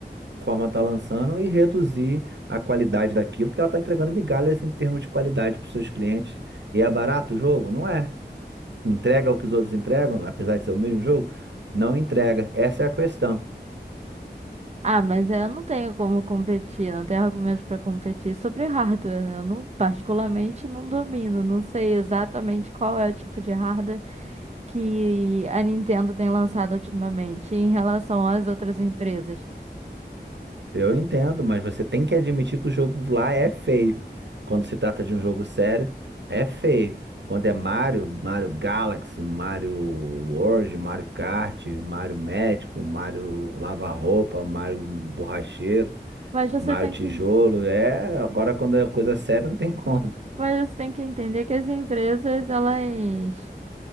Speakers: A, on the right; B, on the right.
A: plataforma está lançando e reduzir a qualidade daquilo, que ela está entregando migalhas em termos de qualidade para os seus clientes. E é barato o jogo? Não é. Entrega o que os outros entregam, apesar de ser o mesmo jogo? Não entrega. Essa é a questão.
B: Ah, mas é, eu não tenho como competir, não tenho argumentos para competir sobre hardware. né? Eu não, particularmente não domino, não sei exatamente qual é o tipo de hardware que a Nintendo tem lançado ultimamente em relação às outras empresas.
A: Eu entendo, mas você tem que admitir que o jogo lá é feio. Quando se trata de um jogo sério, é feio. Quando é Mario, Mario Galaxy, Mario World, Mario Kart, Mario Médico, Mario Lava-Roupa, Mario Borracheiro.
B: Mas você
A: Maio
B: tem
A: Tijolo,
B: que,
A: é. Agora, quando é coisa séria, não tem <laughs> como.
B: mas você tem que entender que as empresas elas